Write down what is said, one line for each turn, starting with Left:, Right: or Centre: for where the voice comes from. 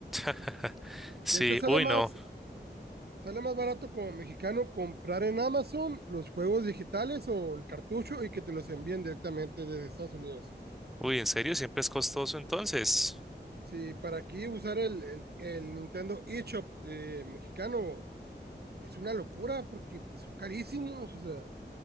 Centre: <laughs> Sí,
Right: De hecho, sale
Centre: uy,
Right: más,
Centre: no.
Right: sale más barato como mexicano comprar en Amazon los juegos digitales o el cartucho y que te los envíen directamente desde Estados Unidos.
Centre: Uy, ¿en serio? ¿Siempre es costoso entonces?
Right: Sí, para aquí usar el, el, el Nintendo eShop eh, mexicano es una locura porque pues, son carísimos, o sea,